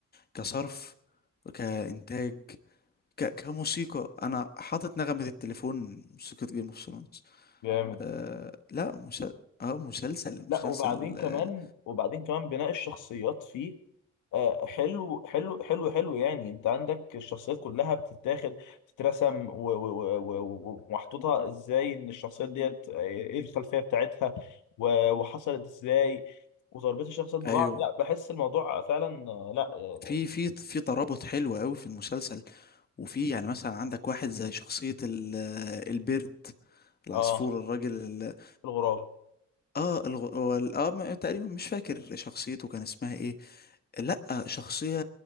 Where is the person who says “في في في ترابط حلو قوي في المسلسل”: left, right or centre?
Left